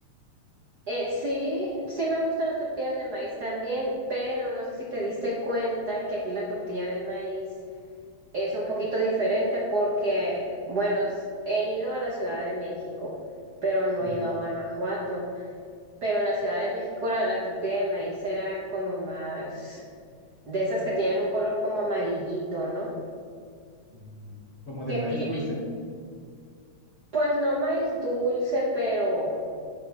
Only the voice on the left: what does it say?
Claro.
Mm, ¿Como de
maíz
dulce?